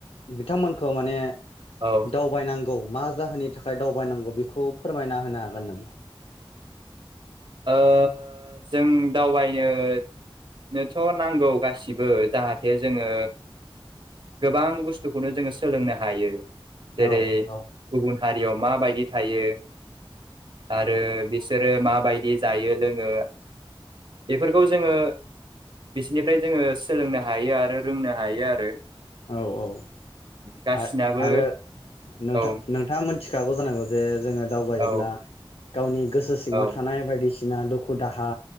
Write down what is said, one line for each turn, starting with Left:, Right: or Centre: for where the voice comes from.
Left: बिथांमोनखौ माने
Right: औ ओ
Left: दावबायनांगौ औ मा जाहोननि थाखाय दावबायनांगौ बेखौ फोरमायना होनो हागोन नामा
Right: ओ जों दावबायनोथ' नांगौ गासिबो जाहाथे जोङो गोबां बुस्थुखौनो जोङो सोलोंनो हायो जेरै
Left: औ
Right: हारियाव माबायदि थायो आरो बिसोरो माबायदि बिदि जायो लोङो बेफोरखौ जोङो बिसोरनिफ्राय जोङो सोलोंनो हायो आरो रोंनो हायो आरो
Left: औ औ
Right: गासिनाबो
Left: आरो नोंथा
Right: औ
Left: नोंथां मोन मिथिखागौ जानांगौ जोङो दावबायोब्ला
Right: औ
Left: गावनि गोसो सिङाव
Right: औ
Left: थानाय बायदिसिना दुखु दुखु दाहा